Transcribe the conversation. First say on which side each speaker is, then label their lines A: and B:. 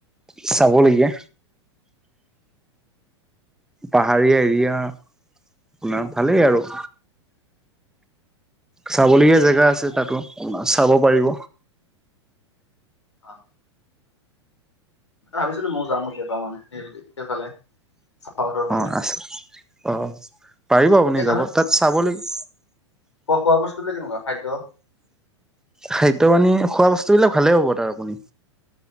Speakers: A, in the centre; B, on the left.
A: চাবলগীয়া পাহাৰীয়া এৰিয়া আপোনাৰ ভালেই আৰু চাবলগীয়া জেগা আছে তাতো চাব পাৰিব
B: আহ ভাবিছিলো ময়ো যাম বুলি এপামান সেই সেইফালে চাউথৰ ফালে
A: অ আছে অ পাৰিব আপুনি
B: এই
A: যাব তাত চাব লাগে
B: খ খোৱা বস্তু বিলাক কেনেকুৱা খাদ্য
A: খাদ্য মানি খোৱা বস্তু বিলাক ভালে হ'ব তাৰ আপুনি